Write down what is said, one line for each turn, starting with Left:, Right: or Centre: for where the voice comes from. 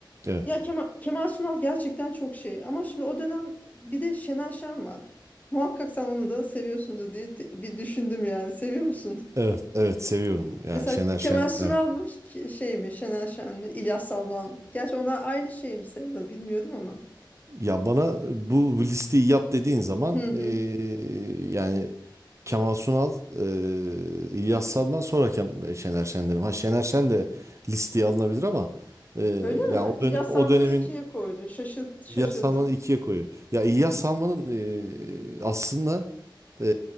Right: Evet.
Left: Ya Kemal, Kemal Sunal gerçekten çok şey. Ama şimdi o dönem bir de Şener Şen var. Muhakkak sen onu da seviyorsundur diye d- bir düşündüm yani. Seviyor musun?
Right: Evet. Evet. Seviyorum. Yani
Left: Mesela
Right: Şener
Left: Kemal
Right: Şen.
Left: Sunal
Right: Evet.
Left: mı Ş- şey mi Şener Şen mi İlyas Salman mı? Gerçi onlar aynı şey mi sayılır bilmiyordum ama.
Right: Ya bana bu listeyi yap dediğin zaman
Left: Hı hı.
Right: eee, yani Kemal Sunal, eee, İlyas Salman sonra Kem- Şener Şen derim. Ha Şener Şen de listeye alınabilir ama eee
Left: Öyle mi?
Right: ya o
Left: İlyas
Right: dönem o
Left: Salman'ı
Right: dönemin
Left: ikiye koydu. Şaşırt, şaşırdım.
Right: İlyas Salman'ı ikiye koyuyor. Ya İlyas Salman'ın e, aslında e,